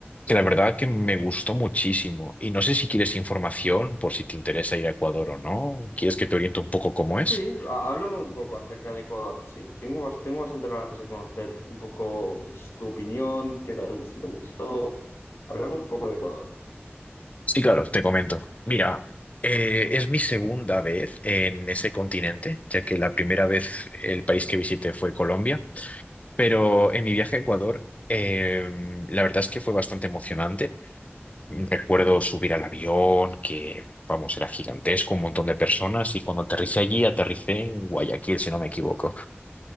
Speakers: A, on the left; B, on the left.
A: que la verdad que me gustó muchísimo. Y no sé si quieres información por si te interesa ir a Ecuador o no. ¿Quieres que te oriente un poco cómo es?
B: Sí, há- háblame un poco acerca de Ecuador. Sí, tengo, bas- tengo bastante ganas de conocer un poco pues, tu opinión, qué tal, si te gustó. Hablar un poco de Ecuador.
A: Sí, claro, te comento. Mira, eh, es mi segunda vez en ese continente, ya que la primera vez el país que visité fue Colombia. Pero en mi viaje a Ecuador, em, la verdad es que fue bastante emocionante. Recuerdo subir al avión, que, vamos, era gigantesco, un montón de personas, y cuando aterricé allí, aterricé en Guayaquil, si no me equivoco.